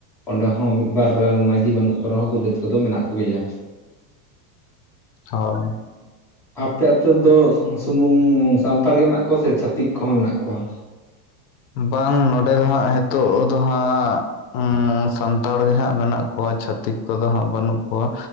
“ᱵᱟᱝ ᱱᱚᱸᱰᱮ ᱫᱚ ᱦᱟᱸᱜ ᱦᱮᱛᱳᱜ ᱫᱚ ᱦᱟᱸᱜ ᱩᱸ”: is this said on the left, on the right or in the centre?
Left